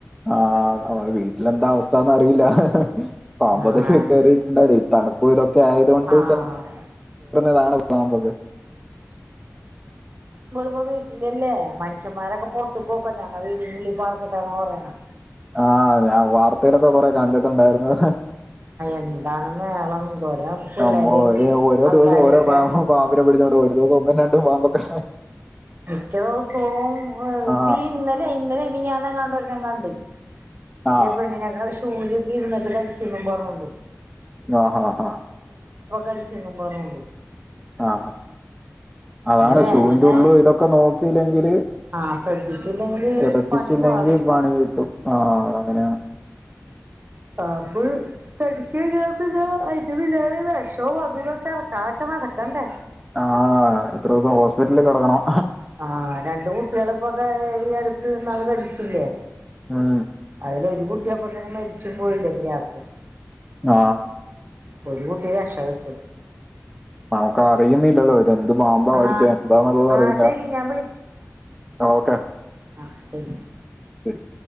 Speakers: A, in the centre; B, on the right.
A: ആ വീട്ടിൽ എന്താണ് അവസ്ഥ എന്ന് അറിയില്ല. പാമ്പ്
B: ആഹ്
A: കേറിയ കേറീട്ട് ഉണ്ടായിരുന്നു തണുപ്പ് ചെലപ്പോ ആയതുകൊണ്ട്
B: ആഹ്
A: അതാണ് പാമ്പൊക്കെ
B: വീട്ടിൽ അല്ലേ മനുഷ്യന്മാരൊക്കെ പുറത്തേക്കു ഞങ്ങടെ വീട്ടിനുള്ളിൽ പാർക്കട്ടെ എന്ന് പറയണെ.
A: ആ വാർത്തയിൽ ഒക്കെ കുറെ കണ്ടിട്ടുണ്ടായിരുന്നു.
B: എന്താണ് മേളം എന്തോരം പിള്ളേരെ
A: അമ്മോ
B: ഒക്കെ
A: ഏ ഓരോ
B: ആൾക്കാരൊക്കെ
A: ദിവസം ഓരോ പാമ്പും പാമ്പിനെ പിടിച്ചോണ്ട് ഒരു <unintelligible>
B: മിക്ക ദിവസോം
A: ആ
B: ഇന്നലെ മിനിഞ്ഞാന്ന് എങ്ങാണ്ടും <unintelligible> <unintelligible>
A: ആ
B: <unintelligible> അതുകൊണ്ട് കടിച്ചെന്നും പറഞ്ഞിട്ട്
A: ആ ആ
B: അടിച്ചു കൊണ്ട് ഒന്നും പറഞ്ഞുകൊണ്ട്.
A: ആ അതാണ്
B: വേനലായ
A: ഷൂളിന്റെ ഉള്ളും ഇതൊക്കെ നോക്കിയില്ലെങ്കില്
B: ആഹ് ശ്രദ്ധിച്ചില്ലെങ്കില്
A: ശദച്ചിച്ചില്ലെങ്കിൽ
B: പണി പാളും
A: പണികിട്ടും ആ അത് അങ്ങനെയാണ്
B: പാമ്പ് കടിച്ചു കഴിഞ്ഞാൽ പിന്നെ അതിന്റെ പിന്നാലെ വിഷോം അതു ഇതും ഒക്കെ ഇറക്കാനൊക്കെ നടക്കണ്ടേ
A: ആ എത്ര ദിവസം ഹോസ്പിറ്റലിൽ കിടക്കണം
B: ആ രണ്ടു കുട്ടികളിപ്പോ ഇവിടുത്തെ ഈ അടുത്ത് ഇന്നാള് മരിച്ചില്ലേ
A: ഉം
B: അതിൽ ഒരു കു ട്ടി അപ്പൊത്തന്നെ മരിച്ചു പോയില്ലേ പിരാക്ക്
A: ആ
B: ഒരു കുട്ടി രക്ഷപെട്ട്
A: നമുക്ക് അറിയുന്നില്ലല്ലോ ഇ ത് എന്ത് പാമ്പാ
B: എന്നാ
A: കടിച്ചേ എന്താന്നുള്ളത്
B: എന്നാ
A: അറിയില്ല
B: ശരി
A: എന്നാ
B: ഞാൻ
A: ഓക്കേ
B: ആ ശരി
A: ശെരി